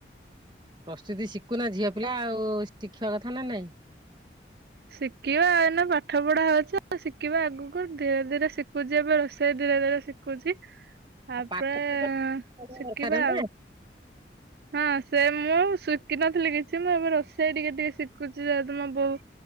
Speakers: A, on the right; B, on the right.
A: ପ୍ରସ୍ତୁତି ଶିଖୁନା ଝିଅ ପିଲା ଆଉ ଶିଖିବା କଥା ନା ନାଇଁ।
B: ଶିଖିବା ଏଇନା ପାଠ ପଢା ହଉଛି ଶିଖିବା ଆଗକୁ ଧୀରେ ଧୀରେ ଶିଖୁଛି ଏବେ ରୋଷେଇ ଧୀରେ ଧୀରେ ଶିଖୁଛି। ତାପରେ
A: ଆଉ ପାଠ ଦରକାର
B: ଶିଖିବା
A: ନା
B: ଆଉ। ହଁ ସେ ମୁଁ ଶିଖିିନଥିଲି କିଛି ମୁଁ ଏବେ ରୋଷେଇ ଟିକେ ଟିକେ ଶିଖୁଛି ଯହେତୁ ମୋ ବୋଉ